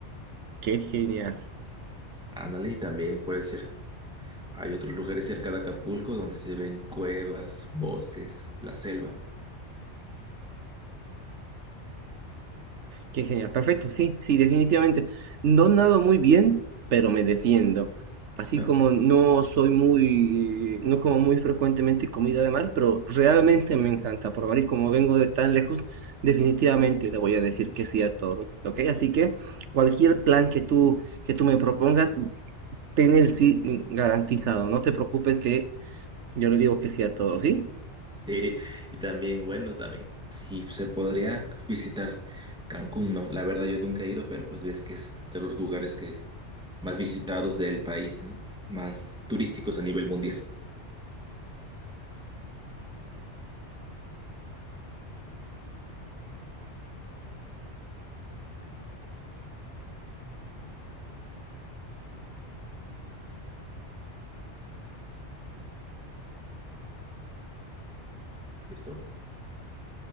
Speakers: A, on the right (about 80°); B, in the centre.
A: Qué genial,
B: Ándale, y también puede ser. Hay otros lugares cerca de Acapulco donde se ven cuevas, bosques, la selva.
A: qué genial. Perfecto, sí, sí, definitivamente. No nado muy bien, pero me defiendo. Así
B: <laughs>
A: como no soy muy, no como muy frecuentemente comida de mar, pero realmente me encanta probar y como vengo de tan lejos, definitivamente le voy a decir que sí a todo, ¿ok? Así que cualquier plan que tú que tú me propongas, Ten el sí eh, garantizado, no te preocupes que yo le digo que sí a todo, ¿sí?
B: Sí, y también, bueno, también sí se podría visitar Cancún, ¿no? La verdad yo nunca he ido, pero pues ves que es de los lugares que más visitados del país, ¿no? Más turísticos a nivel mundial. Listo,